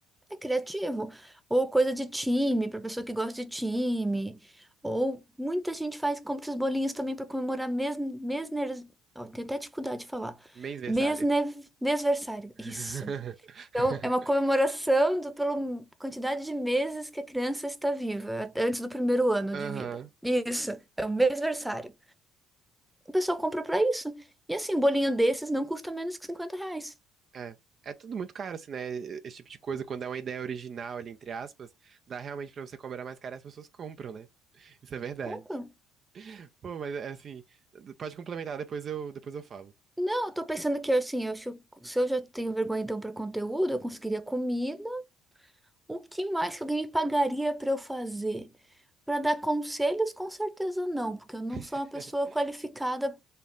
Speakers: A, in the centre; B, on the right.
A: é criativo. Ou coisa de time, para pessoa que gosta de time. Ou muita gente faz, compra esses bolinhos também para comemorar mes, mesner, ó, tenho até dificuldade de falar.
B: Mêsversário.
A: Mesne, mesversário.
B: <laughs>
A: Isso. Então, é uma comemoração do, pela quantidade de meses que a criança está viva, até antes do primeiro ano
B: Aham.
A: de vida. Isso, é o mesversário. O pessoal compra para isso. E assim, um bolinho desses não custa menos que 50 reais.
B: É. É tudo muito caro, assim, né? Esse tipo de coisa, quando é uma ideia original ali, entre aspas, dá realmente pra você cobrar mais caro e as pessoas compram, né? Isso é verdade.
A: Compram.
B: Pô, mas é, assim, pode complementar, depois eu, depois eu falo.
A: Não, eu tô pensando que assim, eu acho- se eu já tenho vergonha então para conteúdo, eu conseguiria comida. O que mais que alguém me pagaria para eu fazer? Para dar conselhos, com certeza não, porque eu não sou
B: <laughs>
A: uma pessoa qualificada